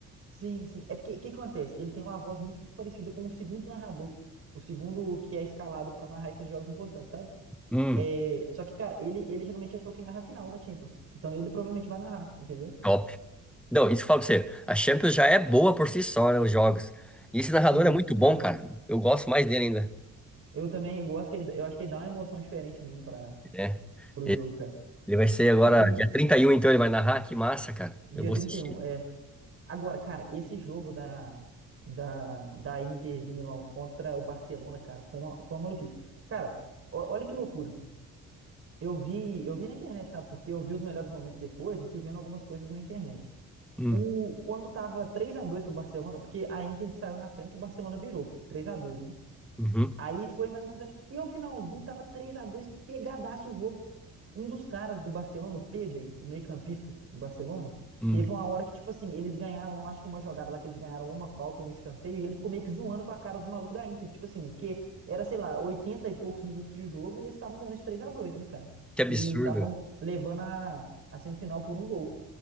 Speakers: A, on the right; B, in the centre.
A: Sim, sim. É porque o que acontece? Ele tem uma voz muito parecida com o segundo narrador. O segundo que é escalado para narrar esses jogos importantes, sabe?
B: Hum.
A: É, só que, cara, ele, ele geralmente é o que narra a final da Champions. Então ele provavelmente vai narrar, entendeu?
B: Top. Não, isso que eu falo pra você. A Champions já é boa por si só, né? Os jogos. E esse narrador
A: Sim,
B: é muito
A: demais.
B: bom, cara. Eu gosto mais dele ainda.
A: Eu também eu gosto que ele- eu acho que ele dá uma emoção diferente mesmo para
B: É.
A: pro
B: Ele
A: jogo, cara.
B: ele vai ser agora,
A: Não, e
B: dia 31 então ele vai narrar. Que massa, cara.
A: dia
B: Eu vou
A: trinta
B: assistir.
A: e um é. Agora, cara, esse jogo da, da, da Inter de Milão contra o Barcelona, cara, foi uma, foi uma maluquice. Cara, ó- olha que loucura. Eu vi, eu vi na internet, sabe? Porque eu vi os melhores momentos depois e fui vendo algumas coisas na internet.
B: Hum,
A: O, quando tava três a dois pro Barcelona, porque a Inter saiu na frente, o Barcelona virou três a dois né?
B: uhum,
A: Aí foi mais ou menos até o finalzinho, tava três a dois, pegadaço o jogo. Um dos caras do Barcelona, o Pedri, o meio-campista do Barcelona,
B: hum.
A: teve uma hora que, tipo assim, eles ganharam, acho que uma jogada lá que eles ganharam uma falta, um escanteio, e ele ficou meio que zoando com a cara dos malucos da Inter. Tipo assim, porque era, sei lá, 80 e poucos minutos de jogo e eles estavam ganhando de 3x2, né, cara?
B: Que absurdo.
A: E estavam levando a, a semifinal por um gol.